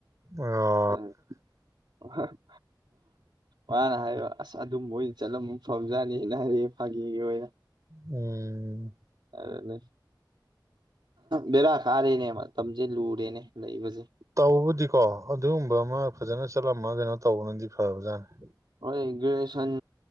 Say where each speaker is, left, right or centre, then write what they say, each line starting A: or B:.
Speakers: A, on the right (about 40°); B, on the right (about 75°).
A: ꯑꯣ
B: ꯑ <unintelligible> ꯃꯥꯅ ꯍꯥꯏꯕ ꯑꯁ ꯑꯗꯨꯝꯕ ꯑꯣꯏꯅ ꯆꯠꯂꯝꯕ ꯐꯕꯖꯥꯠꯅꯤꯅ ꯍꯥꯏꯔꯛ ꯐꯥꯒꯤꯒꯤ ꯑꯣꯏꯅ
A: ꯎꯝ
B: ꯑꯗꯨꯅꯦ ꯕꯦꯔꯥ ꯀꯥꯔꯦꯅꯦ ꯃꯇꯝꯖꯦ ꯂꯨꯔꯦꯅꯦ ꯂꯩꯕꯖꯦ
A: ꯇꯧꯕꯕꯨꯗꯤꯀꯣ ꯑꯗꯨꯒꯨꯝꯕ ꯑꯃ ꯐꯖꯅ ꯆꯠꯂꯝꯃ ꯀꯩꯅꯣ ꯇꯧꯕꯅꯗꯤ ꯐꯔꯕꯖꯥꯠꯅꯤ
B: ꯍꯣꯏ ꯒ꯭ꯔꯦꯖꯨꯑꯦꯁꯟ